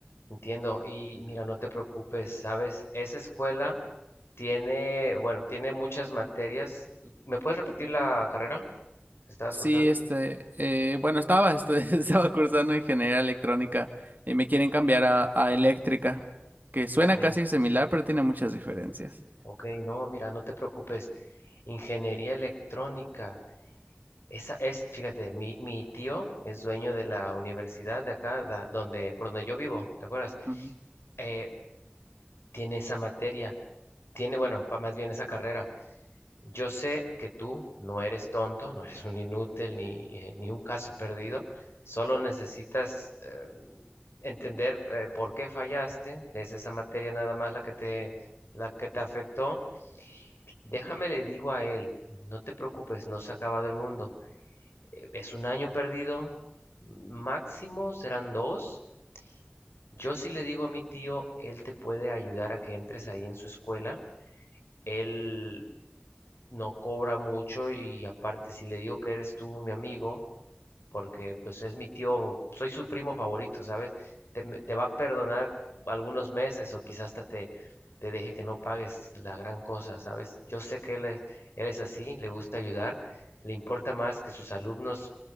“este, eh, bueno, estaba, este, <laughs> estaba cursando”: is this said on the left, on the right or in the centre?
Right